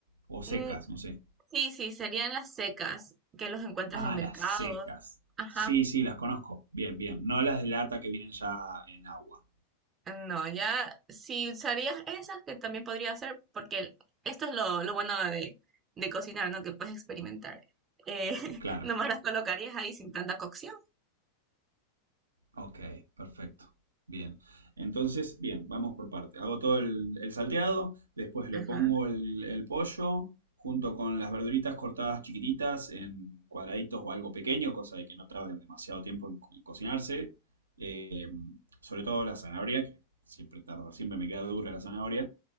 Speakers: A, on the right; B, on the right.
A: O secas,
B: Mm,
A: no sé.
B: sí, sí, serían las secas que los encuentras
A: Ah,
B: en mercados.
A: las secas.
B: Ajá.
A: Sí, sí, las conozco. Bien, bien. No las de lata que vienen ya en agua.
B: No, ya si usarías esas, que también podría ser, porque el- esto es lo, lo bueno de, de cocinar, ¿no? Que puedes experimentar. Eh, <laughs>
A: Claro.
B: nomás las colocarías ahí sin tanta cocción.
A: Ok, perfecto. Bien. Entonces, bien, vamos por parte. Hago todo el, el salteado, después le
B: Ajá.
A: pongo el, el pollo junto con las verduritas cortadas chiquititas en cuadraditos o algo pequeño, cosa de que no tarden demasiado tiempo en, co- en cocinarse. Eh, sobre todo la zanahoria, que siempre tarda, siempre me queda dura la zanahoria,